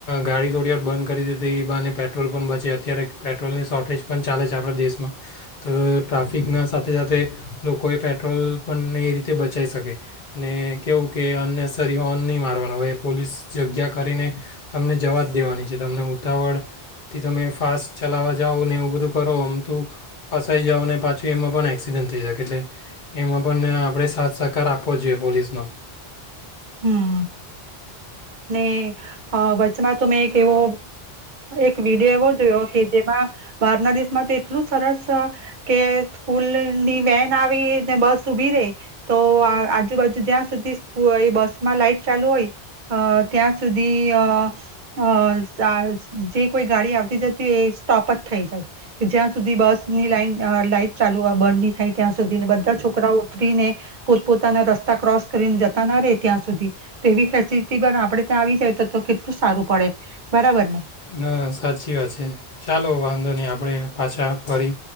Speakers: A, on the left (about 50°); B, on the right (about 55°).
A: ગાડી થોડી વાર બંધ કરી દીધ એ બાને પેટ્રોલ પણ બચે અત્યારે પેટ્રોલની શોર્ટેજ પણ ચાલે છે આપણા દેશમાં તો ટ્રાફિકના સાથે સાથે લોકોએ પેટ્રોલ પણ એ રીતે બચાવી શકે ને કેવું કે અનનેસસરી ઓન. નહી મારવાનું હવે પોલીસ જગ્યા કરીને તમને જવા દેવાની છે તમને ઉતાવળ. થી તમે ફાસ્ટ ચલાવા. જાઓ ને એવું બધું કરો અમ તું ફસાઈ જાઓ ને પાછું એમાં પણ એક્સિડન્ટ થઈ શકે એટલે એમાં પન ને આપણે સાત તત્કાર આપવો જોઈએ પોલીસનો.
B: હમ્મ. ને આહ વ ચમાં તો મેં એક એવો, એક વિડિયો એવો જોયો કે જેમાં બહાર ના દેશમાં તો એટલું સરસ અહ કે સ્કૂલની વેન આવી ને બસ ઉભી રે તો આ આજુબાજુ જ્યાં સુધી એ બસ માં લાઈટ ચાલુ હોય અહ ત્યાં સુધી અહ-અહ સાસ જે કોઈ ગાડી આવતી જતી હોય એ સ્ટોપ જ થઈ જાય. કે જ્યાં સુધી બસની લાઈન અહ લાઈટ ચાલુ બંધની થાય ત્યાં સુધી બધા છોકરાઓ ઉતરીને પોત પોતાના રસ્તા ક્રોસ કરીને જતા ના રહે ત્યાં સુધી. તેવી ફેસિલટી પણ આપડે ત્યાં આવી જાય તો-તો કેટલું સારું પડે, બરાબર ને?
A: હા સાચી વાત છે ચાલો વાંધો નહીં આપણે પાછા ફરી